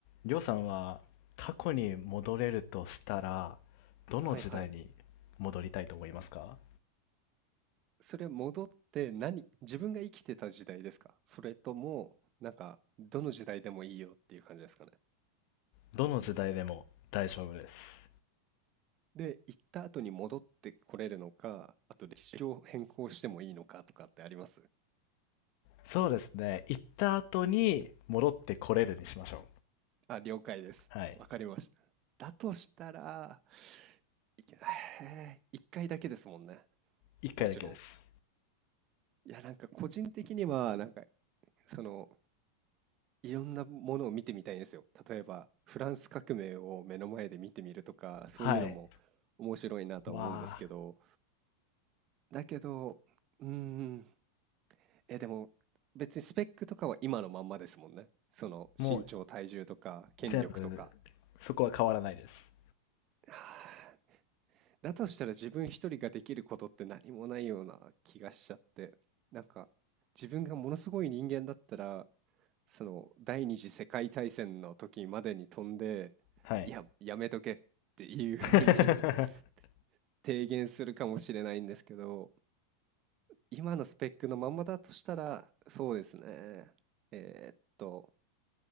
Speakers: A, on the left; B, on the right.
A: りょうさんは過去に戻れるとしたら、どの時代に戻りたいと思いますか
B: はいはい。それ戻って何自分が生きてた時代ですかそれとも、なんか、どの時代でもいいよっていう感じですかね。
A: どの時代でも大丈夫です。
B: で、行った後に戻ってこれるのか、あと歴史を変更してもいいのかとかってあります
A: そうですね。行った後に戻ってこれるにしましょう。
B: あ、了解です。
A: はい。
B: わかりました。だとしたら、いけへえ一回だけですもんね。
A: 一回だけです。
B: もちろん。いや、なんか個人的には、なんか、その、いろんなものを見てみたいんですよ。例えば、フランス革命を目の前で見てみるとか、そういうのも面白いなとは思うんですけど、
A: はい。わあ、
B: だけど、うーん、え、でも別にスペックとかは今のまんまですもんね。その身長、
A: もう
B: 体重とか、権力とか。
A: 全部、そこは変わらないです。
B: はあだとしたら自分一人ができることって何もないような気がしちゃって、なんか自分がものすごい人間だったら、その第二次世界大戦の時までに飛んで、
A: はい。
B: いや、やめとけっていうふうに
A: <laughs>
B: <laughs> 提言するかもしれないんですけど、今のスペックのまんまだとしたら、そうですね。えーっと、